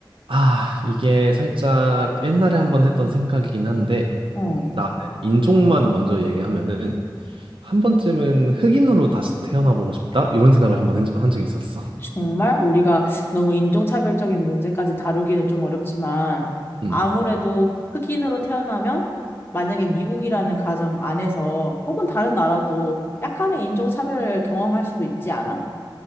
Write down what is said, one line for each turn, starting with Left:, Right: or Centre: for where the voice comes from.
Right: 아, 이게 살짝 옛날에 한번 했던 생각이긴 한데
Left: 어,
Right: 나는 인종만 먼저 얘기하면은 한 번쯤은 흑인으로 다시 태어나 보고 싶다 이런 생각을 한번 한, 적- 한 적이 있었어.
Left: 정말 우리가 너무 인종차별적인 문제까지 다루기는 좀 어렵지만
Right: 음,
Left: 아무래도 흑인으로 태어나면 만약에 미국이라는 가정 안에서 혹은 다른 나라도 약간의 인종차별을 경험할 수도 있지 않아?